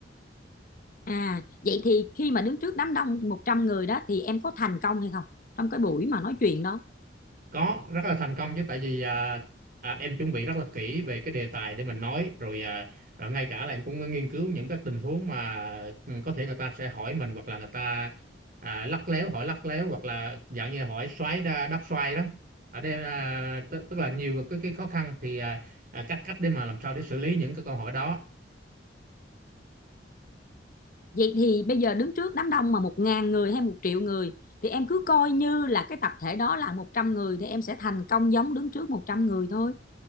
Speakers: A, on the left; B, on the right.
A: à vậy thì khi mà đứng trước đám đông 100 người đó thì em có thành công hay không trong cái buổi mà nói chuyện đó
B: có rất là thành công chứ tại vì à, à, em chuẩn bị rất là kỹ về cái đề tài để mình nói rồi à, à, ngay cả là em cũng nghiên cứu những cái tình huống mà ừ, có thể người ta sẽ hỏi mình hoặc là người ta à, lắc léo hỏi lắc léo hoặc là dạng như hỏi xoáy đa, đắp xoay đó ở đây à, tức tức là nhiều cái, cái khó khăn thì à, à, cách cách để mà làm sao để xử lý những cái câu hỏi đó
A: vậy thì bây giờ đứng trước đám đông mà một ngàn người hay một triệu người thì em cứ coi như là cái tập thể đó là 100 người thì em sẽ thành công giống đứng trước 100 người thôi